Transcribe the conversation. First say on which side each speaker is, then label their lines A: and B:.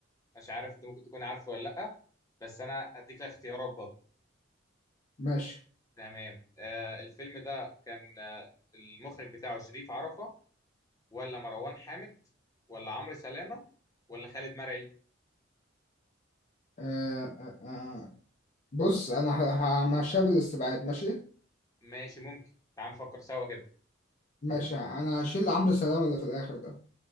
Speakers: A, on the left (about 15°); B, on the left (about 40°).
A: مش عارف انت ممكن تكون عارفه ولا لا بس انا هديك الاختيارات برضه
B: ماشي
A: تمام آه، الفيلم ده كان آه، المخرج بتاعه شريف عرفة ولا مروان حامد ولا عمرو سلامة ولا خالد مرعي
B: آه آه آه. بص انا ه- همشيها بالاستبعاد ماشي
A: ماشي ممكن تعال نفكر سوا كده
B: ماشي انا هشيل عمرو سلامة اللي في الاخر ده